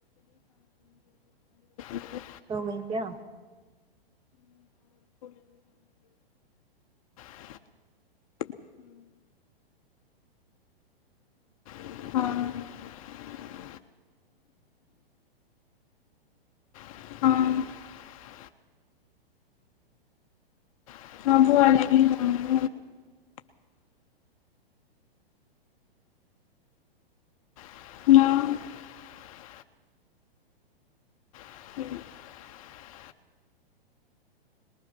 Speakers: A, on the left (about 35°); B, on the right (about 15°).
A: उठ
B: सो गई क्या
A: ह <inaudible> <inaudible> <inaudible>
B: हेलो
A: <inaudible> <inaudible>